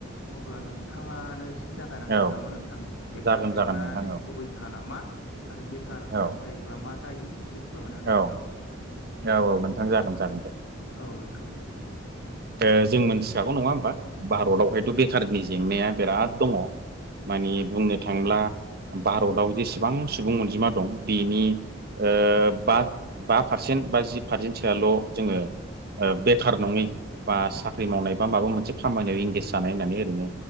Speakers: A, on the left; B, on the right.
A: अब्ला नोंथाङानो एसे जागायना
B: थाखाय
A: होदो
B: औ
A: नामा नों थां बेखार
B: जागोन
A: जेंनानि
B: जागोन नोंथां औ
A: गुबै जाहोना मा आरो बेखार
B: औ
A: जायोब्ला मा जायो सि फोरमायना होदो
B: औ
A: नोंथां।
B: औ औ नोंथां जागोन जागोन दे
A: औ नोंथां।
B: ओ जों मोनथिखागौ नङा होमबा भारतावहायथ' बे बेखारनि जेंनाया बिराद दङ माने बुंनो थाङोब्ला भारताव जेसेबां सुबुं अनजिमा दं बेनि ओ बा-बा पारसेन्ट बा जि फारसेन्थियाल' जोङो बेखार नङै बा साख्रि मावनाय बा माबा मोनसे खामानियाव एंगेज जानाय होननानै ओरैनो